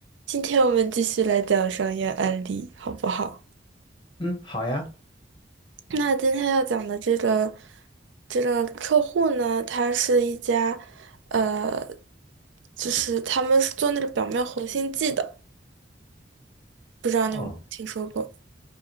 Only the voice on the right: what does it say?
今天我们继续来讲商业案例，好不好？
那今天要讲的这个这个客户呢，他是一家，呃，就是他们是做那个表面活性剂的，不知道你有没有听说过？